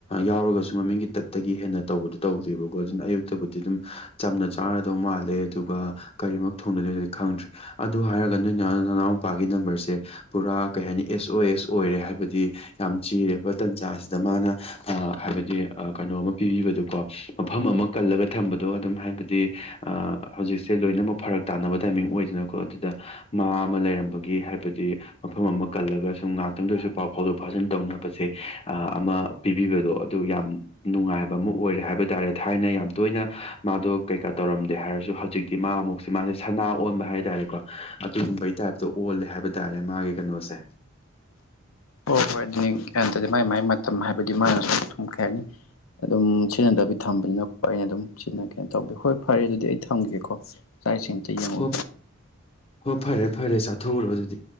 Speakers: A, on the left; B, on the left.
A: ꯌꯥꯎꯔꯒꯁꯨ ꯃꯃꯤꯡꯒꯤ ꯇꯠ ꯇꯒꯤ ꯍꯦꯟꯅ ꯇꯧꯕꯗꯣ ꯇꯧꯗꯦꯕꯀꯣ ꯑꯗꯨꯅ ꯑꯌꯨꯛꯇꯕꯨꯗꯤ ꯑꯗꯨꯝ ꯆꯝꯅ ꯆꯥꯔꯗꯧ ꯃꯥꯜꯂꯦ ꯑꯗꯨꯗꯨꯒ ꯀꯔꯤꯃꯛ ꯊꯣꯡꯗꯣꯏꯅꯣꯗꯤ ꯈꯪꯗ꯭ꯔꯦ ꯑꯗꯨ ꯍꯥꯏꯔꯒ ꯅꯣꯏꯅ ꯅꯅꯥꯎꯄꯥꯒꯤ ꯅꯝꯕꯔꯁꯦ ꯄꯨꯔꯥ ꯀꯩ ꯍꯥꯏꯅꯤ ꯑꯦꯁ ꯑꯣ ꯑꯦꯁ ꯑꯣꯏꯔꯦ ꯍꯥꯏꯕꯗꯤ ꯌꯥꯝ ꯆꯤꯔꯦꯕ ꯇꯟꯖꯥꯁꯤꯗ ꯃꯥꯅ ꯑ ꯍꯥꯏꯕꯗꯤ ꯀꯩꯅꯣ ꯑꯃ ꯄꯤꯕꯤꯕꯗꯨꯀꯣ ꯃꯐꯝ ꯑꯃ ꯀꯜꯂꯒ ꯊꯝꯕꯗꯣ ꯑꯗꯨꯝ ꯍꯥꯏꯕꯗꯤ ꯑꯥ ꯍꯧꯖꯤꯛꯁꯦ ꯂꯣꯏꯅꯃꯛ ꯐꯔꯛ ꯇꯥꯅꯕ ꯇꯥꯏꯃꯤꯡ ꯑꯣꯏꯗꯅꯀꯣ ꯑꯗꯨꯗ ꯃꯥ ꯑꯃ ꯂꯩꯔꯝꯕꯒꯤ ꯍꯥꯏꯕꯗꯤ ꯃꯐꯝ ꯑꯃ ꯀꯜꯂꯒ ꯁꯨꯝ ꯉꯥꯏꯍꯥꯛꯇꯪꯗ ꯑꯣꯏꯁꯨ ꯄꯥꯎ ꯐꯥꯎꯗꯣꯛ ꯐꯥꯎꯖꯤꯟ ꯇꯧꯅꯕꯁꯦ ꯑꯥ ꯑꯃ ꯄꯤꯕꯤꯕꯗꯣ ꯑꯗꯨ ꯌꯥꯝ ꯅꯨꯡꯉꯥꯏꯕ ꯑꯃ ꯑꯣꯏꯔꯦ ꯍꯥꯏꯕ ꯇꯥꯔꯦ ꯊꯥꯏꯅ ꯌꯥꯝ ꯇꯣꯏꯅ ꯃꯥꯗꯣ ꯀꯩꯀꯥ ꯇꯧꯔꯝꯗꯦ ꯍꯥꯏꯔꯁꯨ ꯍꯧꯖꯤꯛ ꯇꯤ ꯃꯥ ꯑꯃꯨꯛ ꯃꯥꯖꯦ ꯁꯅꯥ ꯑꯣꯟꯕ ꯍꯥꯏ ꯇꯥꯔꯦꯀꯣ ꯑꯗꯨꯒꯨꯝꯕꯒꯤ ꯇꯥꯏꯞꯇ ꯑꯣꯜꯂꯦ ꯍꯥꯏꯕ ꯇꯥꯔꯦ ꯃꯥꯒꯤ ꯀꯩꯅꯣꯁꯦ
B: ꯍꯣꯏ ꯍꯣꯏ ꯑꯗꯨꯅꯤ ꯒ꯭ꯌꯥꯟ ꯇꯗꯤ ꯃꯥꯏ ꯃꯥꯏ ꯃꯇꯝ ꯍꯥꯏꯕꯗꯤ ꯃꯥꯅꯁꯨ ꯁꯨꯝ ꯀꯩ ꯍꯥꯏꯅꯤ ꯑꯗꯨꯝ ꯁꯤꯖꯤꯟꯅꯗꯕꯤ ꯊꯝꯕꯅꯤꯅꯀꯣ ꯑꯩꯅ ꯑꯗꯨꯝ ꯁꯤꯖꯤꯟꯅ ꯀꯩꯅꯣ ꯇꯧꯕꯤ ꯍꯣꯏ ꯐꯔꯦ ꯑꯗꯨꯗꯤ ꯑꯩ ꯊꯝꯒꯦꯀꯣ ꯆꯥꯛ ꯏꯁꯤꯡ ꯑꯝꯇ ꯌꯦꯡꯉꯨꯒꯦ
A: ꯍꯣꯞ ꯍꯣꯏ ꯐꯔꯦ ꯐꯔꯦ ꯆꯥꯊꯣꯛꯎꯔꯣ ꯑꯗꯨꯗꯤ